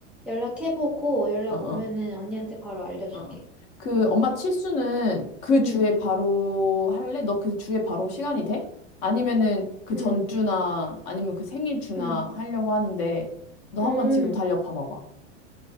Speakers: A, in the centre; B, on the left.
A: 연락해보고 연락
B: 어,
A: 오면은 언니한테 바로 알려줄게.
B: 어. 어. 그
A: 응,
B: 엄마 칠수는 그
A: 응,
B: 주에 바로 할래? 너 그 주에 바로 시간이 돼? 아니면은 그
A: 응,
B: 전주나 아니면 그 생일주나
A: 응,
B: 하려고 하는데 너
A: 응.
B: 한번 지금 달력 봐봐봐.